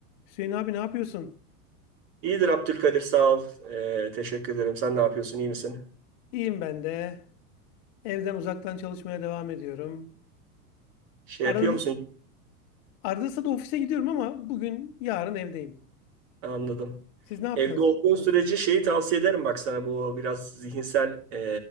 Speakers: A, on the left; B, on the right.
A: Hüseyin abi ne yapıyorsun?
B: İyidir Abdülkadir sağ ol. Ee, teşekkür ederim. Sen ne yapıyorsun? iyi misin?
A: İyiyim ben de. Evden uzaktan çalışmaya devam ediyorum.
B: Şey
A: Arada,
B: yapıyor musun?
A: arada da ofise gidiyorum ama bugün yarın evdeyim.
B: Anladım.
A: Siz ne yaptınız?
B: Evde olduğun sürece şeyi tavsiye ederim bak sana bu biraz zihinsel e,